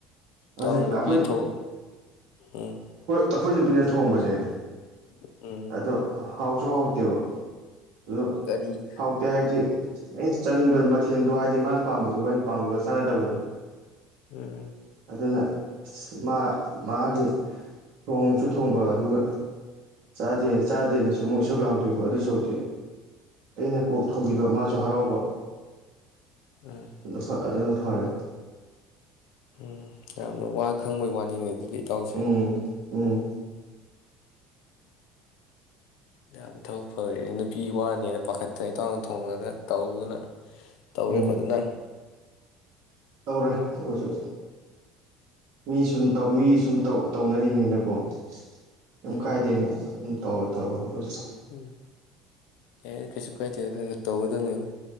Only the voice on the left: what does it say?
ꯇꯧ
ꯅꯨꯄꯤ
ꯊꯣꯛ ꯎꯝ
ꯎꯝ
ꯀꯔꯤ
ꯎꯝ
ꯎꯝ
ꯎꯝ ꯌꯥꯝꯅ ꯋꯥ ꯈꯪꯕꯩ ꯋꯥꯅꯤꯅꯦ ꯑꯩꯒꯤ ꯏꯇꯧꯁꯦ
ꯌꯥꯝꯅ ꯊꯕꯛ ꯐꯔꯦ ꯅꯨꯄꯤ ꯋꯥꯅꯦꯅ ꯄꯥꯈꯠꯇꯅ ꯏꯇꯥꯎꯅ ꯊꯣꯡꯉꯒ ꯇꯧꯗꯅ ꯇꯧꯔꯦ
ꯐꯖꯅ
ꯎꯝ
ꯎꯝ ꯌꯥ ꯀꯩꯁꯨ ꯀꯥꯏꯗꯦ ꯈꯔ ꯈꯔ ꯇꯧꯒꯗꯝꯅꯤꯗꯣ